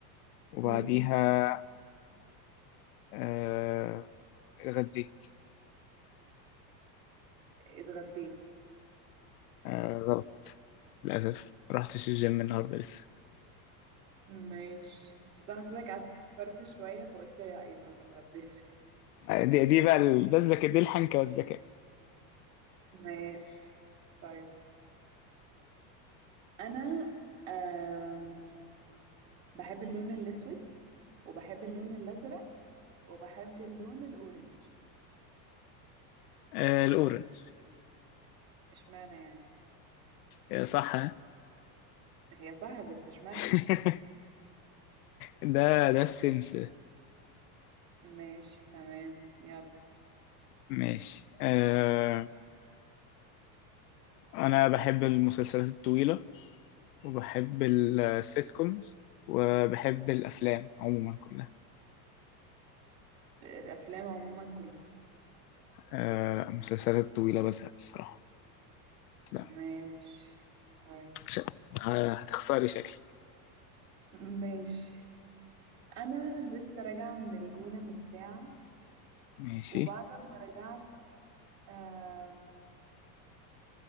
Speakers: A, on the left; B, on the right.
A: وبعديها
B: مم.
A: آه، اتغديت
B: اتغديت
A: آه، غلط للاسف ما رحتش الجيم النهارده لسه
B: ماشي بس أنا حسيتك قعدت فكرت شوية فقلت يا يبقى ما اتغديتش
A: آه، دي دي بقى ال- ده الذكاء دي الحنكه والذكاء
B: ماشي طيب أنا أم... بحب اللون الأسود وبحب اللون الأزرق وبحب اللون الأورنج
A: آه، الاورنج
B: اشمعنى يعني
A: آه، صح ها؟
B: هي صح بس اشمعنى
A: <laughs> ده ده السنس
B: ماشي تمام يلا
A: ماشي آه، انا بحب المسلسلات الطويله وبحب السيت كومز وبحب الأفلام عموما كلها
B: الأفلام عموما كلها
A: آه لا مسلسلات طويلة بزهق الصراحة لا
B: ماشي طيب
A: ش- آه، هتخسري شكلي
B: ماشي أنا لسه راجعة من الجونة من ساعة
A: ماشي
B: وبعد ما رجعت أم...